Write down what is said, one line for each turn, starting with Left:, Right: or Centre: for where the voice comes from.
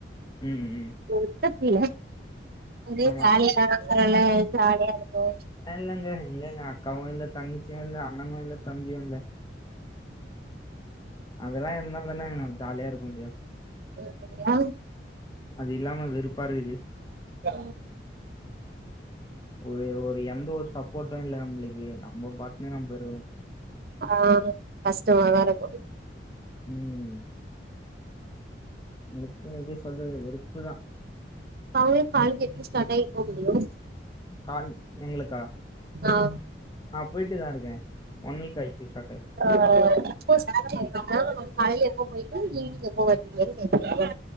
Left: ம் ம்
Right: ஒத்தப் புள்ள ஒரே
Left: ஆமா
Right: ஜாலிதா அதனாலா ஜாலியா இருக்கு
Left: ஆ இல்லங்க எங்கங்க அக்காவு இல்ல தங்கசியு இல்ல அண்ணு இல்ல தம்பியு இல்ல அதெல்லா இருந்தா தானே ஜாலியா இருக்க முடியு
Right: கேக்குரியா
Left: அது இல்லாம வெறுப்பாருக்குது
Right: க
Left: ஒரு ஒரு எந்த ஒரு சப்போர்ட்டு‌ இல்ல நம்பளுக்கு நம்ப பாட்ல நம்ப இருக்கணு
Right: ஆ‌ கஸ்டமாதாருக்கு
Left: ம் எப்ப எப்டி சொல்றது வெறுப்பு தா
Right: அவுங்ளுக் காலேஜ் எப்போ ஸ்டார்ட் ஆகி எப்போ முடியு
Left: கால் எங்களுக்கா
Right: ஆ
Left: ஆ போயிட்டு தாருக்கே ஒன் வீக் ஆயிட்டு ஸ்டாட் ஆகி
Right: ஆ இப்ப காலைய எப்போ போயிட்டு ஈவினிங் எப்போ வருவீங்கனு கேட்டே